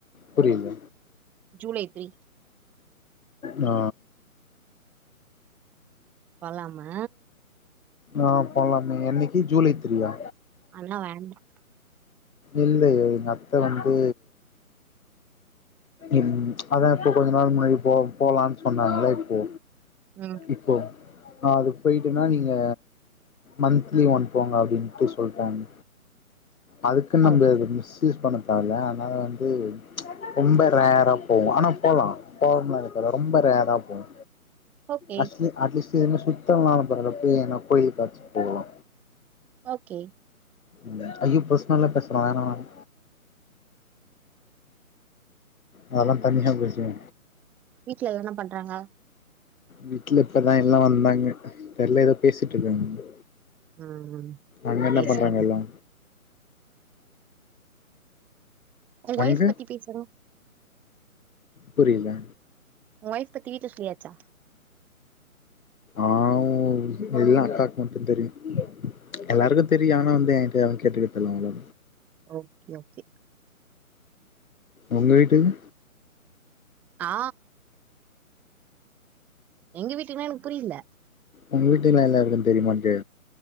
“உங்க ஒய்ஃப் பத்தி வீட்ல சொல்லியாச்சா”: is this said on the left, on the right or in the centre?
Centre